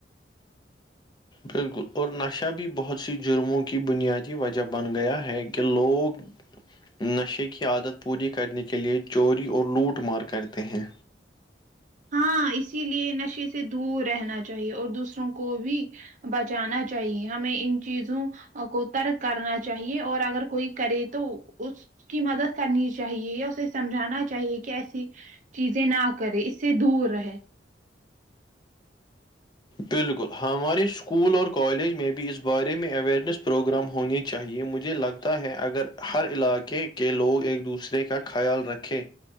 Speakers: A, on the left; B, on the right.
A: بالکل اور نشہ بھی بہت سی جرموں کی بنیادی وجہ بن گیا ہے کہ لوگ نشے کی عادت پوری کرنے کے لیے چوری اور لوٹ مار کرتے ہیں
B: ہاں اسی لیے نشے سے دور رہنا چاہیے اور دوسروں کو بھی بچانا چاہیے ہمیں ان چیزوں کو ترک کرنا چاہیے اور اگر کوئی کرے تو اس کی مدد کرنی چاہیے یا اسے سمجھانا چاہیے کہ ایسی چیزیں نہ کرے اس سے دور رہے
A: بالکل ہمارے اسکول اور کالج میں بھی اس بارے میں اورنیس پروگرام ہونے چاہیے مجھے لگتا ہے اگر ہر علاقے کے لوگ ایک دوسرے کا خیال رکھیں